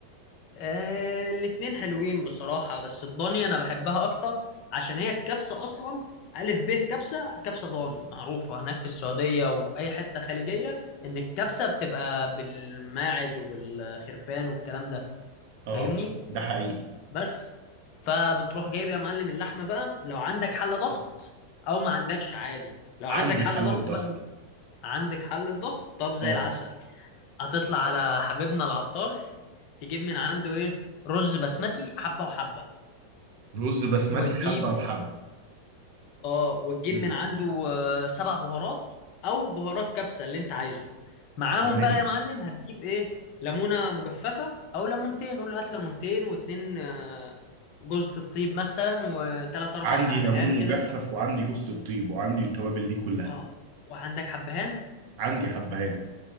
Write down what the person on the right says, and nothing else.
اه
ده حقيقي
عندي
حل
الضغط
اه
رز بسمتي
حبة وحبة
امم
تمام
عندي
ليمون
مجفف وعندي جوزة الطيب وعندي التوابل دي كلها
عندي حبهان